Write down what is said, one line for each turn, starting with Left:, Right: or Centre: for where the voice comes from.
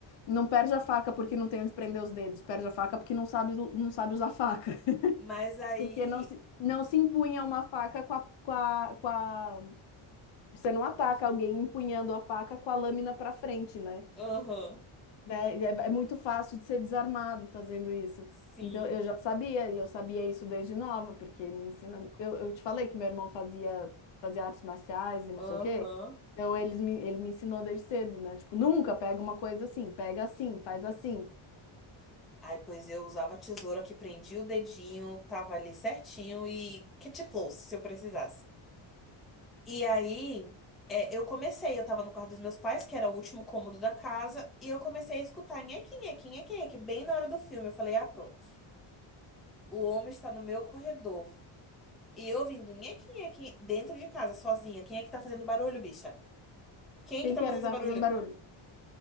Left: não perde a faca porque não tem onde prender os dedos, perde a faca porque não sabe, não sabe usar faca.
Centre: Mas aí.
Left: Porque não se, não se empunha uma faca com a, com a, com a- Você não ataca alguém empunhando a faca com a lâmina para frente, né?
Centre: Aham.
Left: Né? É, é muito fácil de ser desarmado fazendo isso.
Centre: sim.
Left: Então, eu já sabia, e eu sabia isso desde nova, porque me ensina. Eu, eu te falei que meu irmão fazia, fazia artes marciais e não
Centre: Aham.
Left: sei o quê. Então, eles me, ele me ensinou desde cedo, né? Tipo, nunca pega uma coisa assim, pega assim, faz assim.
Centre: Aí, pois eu usava a tesoura que prendia o dedinho, tava ali certinho e kit close, se eu precisasse. E aí, é, eu comecei, eu tava no quarto dos meus pais, que era o último cômodo da casa, e eu comecei a escutar nheque, nheque, nheque, nheque, bem na hora do filme. Eu falei, ah, pronto. O homem está no meu corredor. E eu ouvindo nheque, nheque, dentro de casa, sozinha. Quem é que tá fazendo barulho, bicha? Quem
Left: Quem
Centre: é que tá
Left: que
Centre: fazendo
Left: era que
Centre: esse
Left: tava
Centre: barulho?
Left: fazendo barulho?